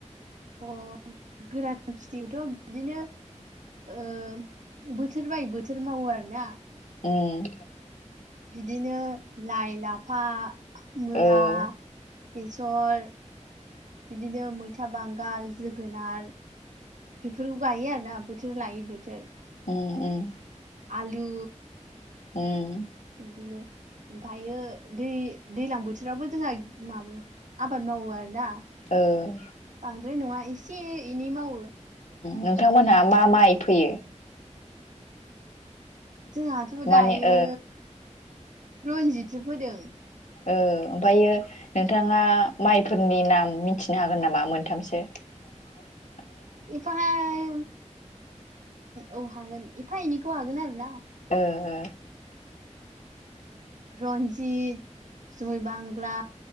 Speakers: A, on the right; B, on the left.
A: अ गोरान खिथिखौथ' बिदिनो ओ बोथोर बाय बोथोर मावो आरोना
B: उम
A: बिदिनो लाइ लाफा मुला
B: ओ
A: बेसर बिदिनो मै फिथा बांगाल जोगोनार बेफोरखौ गायो आरोना बोथोर लायै बोथोर
B: उम उम
A: आलु
B: उम
A: बिदिनो ओमफ्रायो दै दैज्लां बोथोरावबो जोंहा माबा आबाद मावो आरोना
B: ओं
A: बांद्राय फ्राय नङा एसे एनै मावो।
B: नोंथांमोनहा मा माइ फैयो?
A: जोंहाथ'
B: माने
A: दायो
B: ओ
A: रन्जितसो फोदों।
B: ओ ओमफ्रायो नोंथाङा माइफोरनि नाम मिथिनो हागोन नामा मोनथामसो? औ
A: एफाहाय औ हागोन एफा एनिखौ हागोन आरो ना आं
B: ओ ओ
A: रन्जित जय बांग्ला,